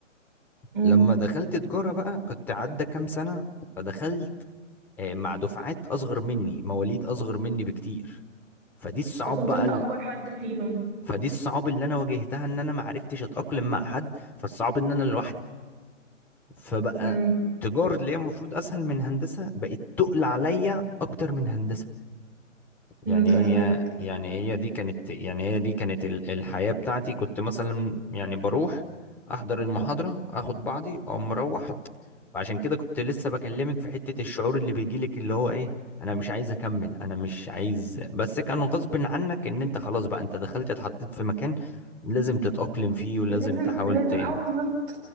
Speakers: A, on the right (about 40°); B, in the centre.
A: مم.
B: لما دخلت تجاره بقى كنت عدى كام سنه فدخلت آه، مع دفعات اصغر مني مواليد اصغر مني بكتير فدي الصعاب
A: فكنت
B: بقى
A: أنت أكبر حد فيهم
B: فدي الصعوبة اللي انا واجهتها ان انا ما عرفتش اتأقلم مع حد فالصعب ان انا لوحدي فبقى
A: مم.
B: تجارة اللي هي المفروض اسهل من هندسة بقت تقل عليا اكتر من هندسة
A: مم.
B: يعني
A: فهماك
B: هي يعني هي دي كانت يعني هي دي كانت ال- الحياة بتاعتي كنت مثلا يعني بروح احضر المحاضرة اخد بعضي او مروح فعشان كده كنت لسه بكلمك في حتة الشعور اللي بيجيلك اللي هو ايه انا مش عايز اكمل انا مش عايز بس كان غصب عنك ان انت خلاص بقى انت دخلت اتحطيت في مكان لازم تتأقلم فيه ولازم
A: لازم
B: تحاول
A: لازم
B: ت-
A: اه بالظبط